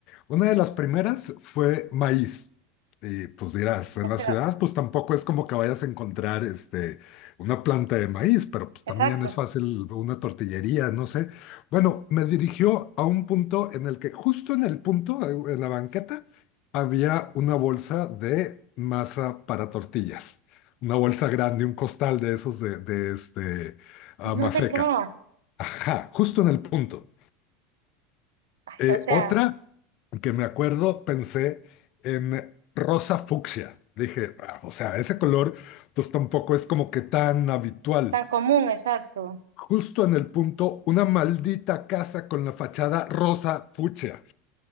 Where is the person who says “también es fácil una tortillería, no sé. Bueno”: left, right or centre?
Left